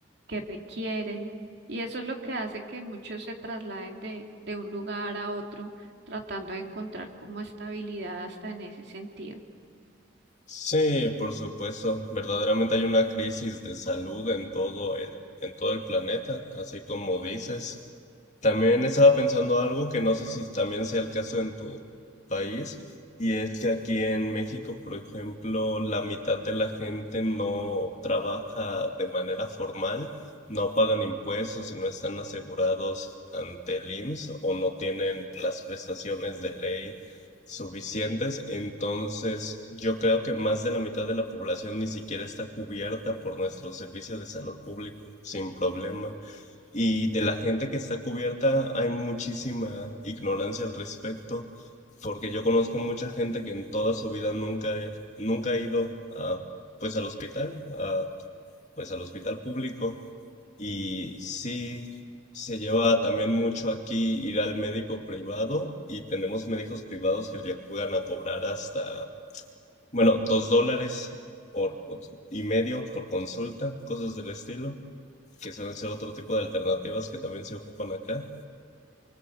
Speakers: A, on the right; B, on the left.
A: que requieren. Y eso es lo que hace que muchos se trasladen de, de un lugar a otro, tratando de encontrar como estabilidad hasta en ese sentido.
B: Sí, por supuesto. Verdaderamente hay una crisis de salud en todo el, en todo el planeta, así como dices. También estaba pensando algo que no sé si también sea el caso en tu país, y es que aquí en México, por ejemplo, la mitad de la gente no trabaja de manera formal, no pagan impuestos y no están asegurados ante el IMSS o no tienen las prestaciones de ley suficientes, entonces yo creo que más de la mitad de la población ni siquiera está cubierta por nuestro servicio de salud público, sin problema. Y de la gente que está cubierta hay muchísima ignorancia al respecto, porque yo conozco mucha gente que en toda su vida nunca, ha- nunca ha ido a, pues al hospital, a, pues al hospital público y sí, se lleva también mucho aquí ir al médico privado y tenemos médicos privados que llegan a cobrar hasta, bueno, dos dólares por, cons- y medio por consulta, cosas del estilo, que suelen ser otro tipo de alternativas que también se ocupan acá.